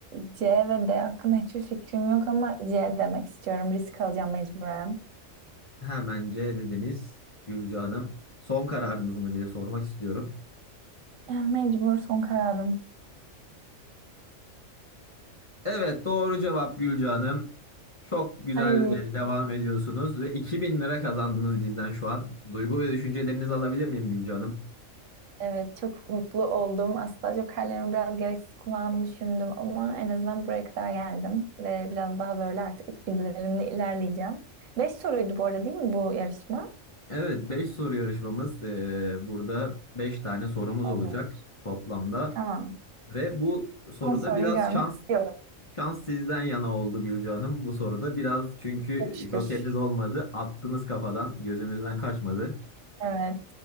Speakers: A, on the right (about 75°); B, on the left (about 30°).
A: C ve D hakkında hiçbir fikrim yok ama C demek istiyorum. Risk alacağım mecburen.
B: Hemen C dediniz Gülce Hanım. Son kararınız mı diye sormak istiyorum.
A: Eh, Mecbur son kararım.
B: Evet doğru cevap Gülce Hanım. Çok güzel
A: Ay
B: e, devam ediyorsunuz ve 2000 lira kazandınız bizden şu an. Duygu ve düşüncelerinizi alabilir miyim Gülce Hanım?
A: Evet çok mutlu oldum. Aslında jokerlerimi biraz gereksiz kullandığını düşündüm ama en azından buraya kadar geldim ve biraz daha böyle artık içgüdülerimle ilerleyeceğim. Beş soruydu bu arada değil mi bu yarışma?
B: Evet 5 soru yarışmamız. e, burada 5 tane sorumuz
A: Olur.
B: olacak toplamda.
A: Tamam.
B: Ve bu soruda
A: Son soruyu
B: biraz
A: görmek
B: şans
A: istiyorum.
B: şans sizden yana oldu Gülce Hanım. Bu soruda biraz çünkü
A: Çok şükür.
B: jokeriniz olmadı. Attınız kafadan gözümüzden kaçmadı.
A: Evet.